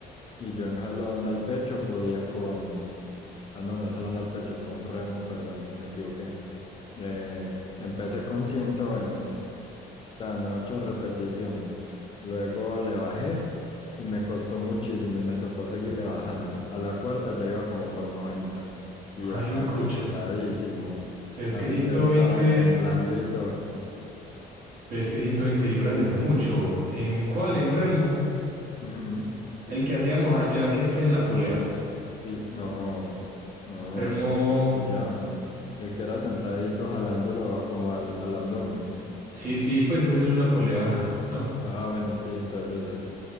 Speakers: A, on the left; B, on the right.
A: y yo en jalón al pecho podía con. Ah, no, no es jalón al pecho, con remo, perdón, me equivoqué. Eh, empecé con 120 tan ocho repeticiones. Luego le bajé y me costó muchísimo y me tocó seguirle bajando. A la cuarta ya iba como por 90 y
B: <laughs> Ay,
A: estaba
B: me cucho.
A: cansadísimo,
B: Pero es
A: así
B: que ciento
A: que estaba
B: veinte
A: temblando y todo.
B: pero es que 120 libras es mucho. ¿En cuál? En remo.
A: Ujú.
B: El que hacíamos allá, que es en la polea.
A: Sí, no, no,
B: Remo.
A: ¿cómo se llama? El que era sentadito jalándolo como al, al abdomen.
B: Sí, sí, pues esa es una polea. <laughs> No.
A: Ah, bueno, sí, entonces... ese